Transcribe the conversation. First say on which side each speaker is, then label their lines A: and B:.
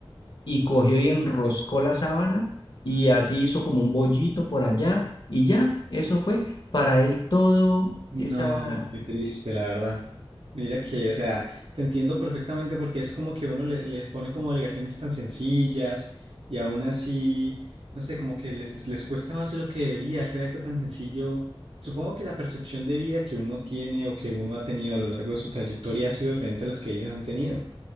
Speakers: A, on the left; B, on the right.
A: y cogió y enroscó la sábana y así hizo como un bollito por allá y ya, eso fue para él todo
B: No,
A: esa,
B: qué triste, la verdad. Mira que, o sea, te entiendo perfectamente porque es como que uno le- les pone como obligaciones tan sencillas y aún así, no sé, como que les, les cuesta más de lo que debería hacer algo tan sencillo. Supongo que la percepción de vida que uno tiene o que uno ha tenido a lo largo de su trayectoria ha sido diferente a las que ellos han tenido.